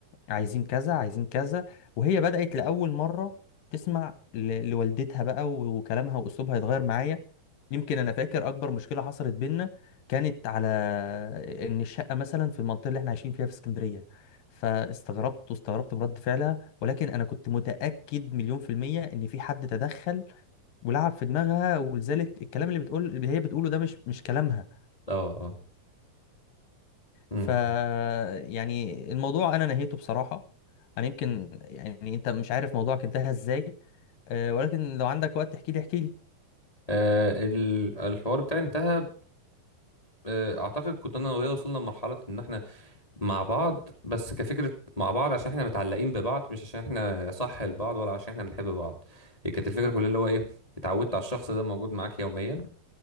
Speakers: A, on the left; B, on the left.
A: عايزين كذا عايزين كذا وهي بدأت لأول مرة تسمع ل- لوالدتها بقى و- وكلامها وأسلوبها يتغير معايا يمكن أنا فاكر أكبر مشكلة حصلت بينا كانت على إن الشقة مثلا في المنطقة اللي إحنا عايشين فيها في اسكندرية فاستغربت واستغربت من رد فعلها ولكن أنا كنت متأكد مليون في المية إن في حد تدخل ولعب في دماغها ولذلك الكلام اللي بتقول اللي هي بتقوله ده مش مش كلامها
B: اه اه امم
A: ف يعني الموضوع انا نهيته بصراحة انا يمكن يعني انت مش عارف موضوعك انتهى ازاي أه ولكن لو عندك وقت تحكي لي احكي لي
B: آه ال- الحوار بتاعي انتهى آه اعتقد كنت انا وهي وصلنا لمرحلة ان احنا مع بعض بس كفكرة مع بعض عشان احنا متعلقين ببعض مش عشان احنا صح لبعض ولا عشان احنا بنحب بعض هي كانت الفكرة كلها اللي هو ايه اتعودت على الشخص ده موجود معاك يوميا